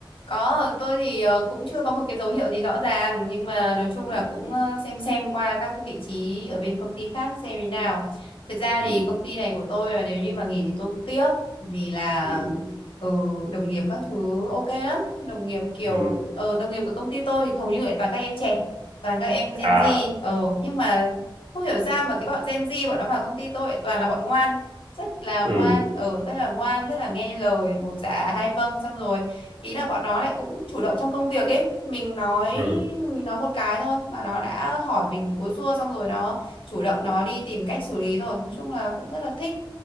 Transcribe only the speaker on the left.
Có, tôi thì ờ, cũng chưa có một cái dấu hiệu gì rõ ràng nhưng mà nói chung
là cũng ờ, xem xem qua các cái vị trí ở bên công ty khác xem thế nào. Thật ra
thì công ty này của tôi là nếu như mà nghỉ thì tôi cũng tiếc vì là
ừ, đồng nghiệp các thứ ok lắm, đồng nghiệp kiểu
ờ, đồng nghiệp của công ty tôi thì hầu như lại toàn các em trẻ, toàn các em Gen
Z. Ờ nhưng mà không hiểu sao mà cái bọn Gen Z bọn nó vào công ty tôi lại toàn là bọn ngoan rất là
ngoan ở rất là ngoan rất là nghe lời bột dạ hai vâng xong rồi ý là bọn nó lại cũng chủ động trong công việc ấy mình nói
mình nói một cái thôi mà nó đã hỏi mình búa xua xong rồi nó chủ động nó đi tìm cách xử lý rồi nói chung là cũng rất là thích